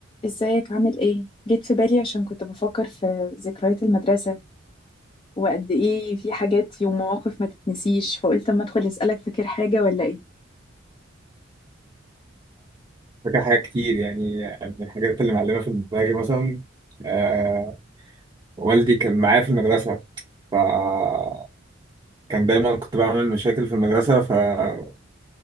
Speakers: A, on the left; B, on the right.
A: ازيك عامل ايه؟ جيت في بالي عشان كنت بفكر في ذكريات المدرسة وقد ايه في حاجات ومواقف ما تتنسيش فقلت اما ادخل اسألك فاكر حاجة ولا ايه؟
B: فاكر حاجات كتير يعني من الحاجات اللي معلمة في دماغي مثلا آه والدي كان معايا في المدرسة فكان دايما كنت بعمل مشاكل في المدرسة فمفيش